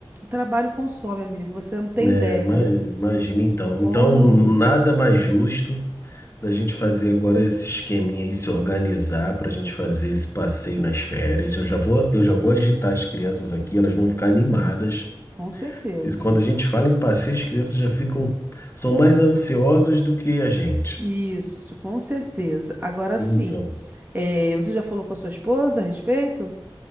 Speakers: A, on the right; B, on the left.
A: trabalho consome, amigo. Você não tem
B: é,
A: ideia
B: ima- imagina então.
A: de como.
B: Então, nada mais justo da gente fazer agora esse esqueminha aí, se organizar para a gente fazer esse passeio nas férias. Eu já vou, eu já vou agitar as crianças aqui, elas vão ficar animadas.
A: Com certeza.
B: Que Quando a gente fala em passeio, as crianças já ficam, são mais ansiosas do que a gente.
A: Isso, com certeza. Agora
B: Então,
A: sim, eh, você já falou com a sua esposa a respeito